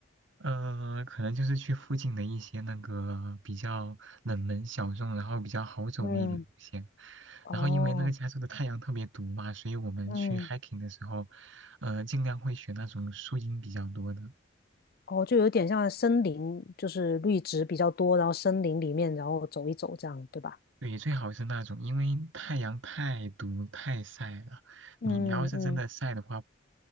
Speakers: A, on the right (about 70°); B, on the left (about 50°).
A: 呃，可能就是去附近的一些那个比较冷门小众，然后比较好走的一点路线。
B: 嗯，哦，
A: 然后因为那个加州的太阳特别毒嘛，所以我们去
B: 嗯，
A: hiking 的时候，呃，尽量会选那种树荫比较多的。
B: 哦，就有点像森林，就是绿植比较多，然后森林里面，然后走一走这样，对吧？
A: 对，最好是那种，因为太阳太毒太晒了。
B: 嗯嗯，
A: 你你要是真的晒的话，